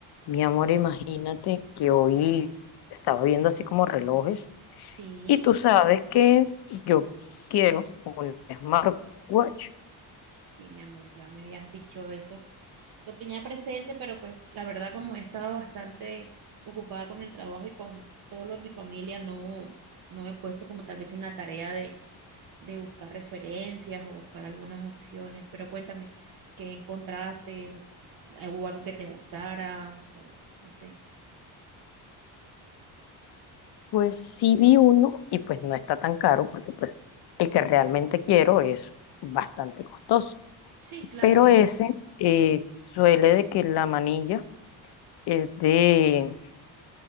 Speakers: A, on the left; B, on the right.
A: Mi amor, imagínate que hoy estaba viendo así como relojes
B: Sí,
A: y tú sabes que yo quiero un smartwatch.
B: sí, mi amor, ya me habías dicho eso. Lo tenía presente, pero pues la verdad como he estado bastante ocupada con el trabajo y con todo lo de mi familia, no, no me he puesto como tal vez en la tarea de, de buscar referencias o buscar algunas opciones. Pero cuéntame, ¿qué encontraste? ¿Bus- ¿Hubo algo que te gustara? O no sé.
A: Pues sí vi uno y pues no está tan caro porque pues el que realmente quiero es bastante costoso.
B: Sí, claro,
A: Pero ese eh, suele de que la manilla es de,